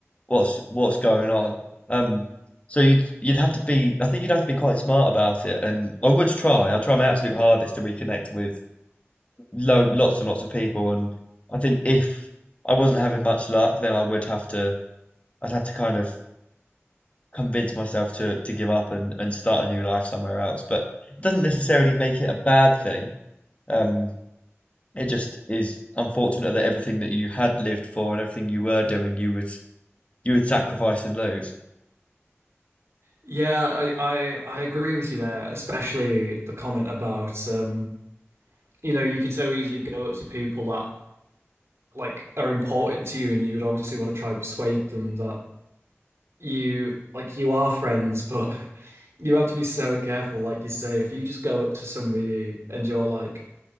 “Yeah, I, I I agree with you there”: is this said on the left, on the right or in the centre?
Right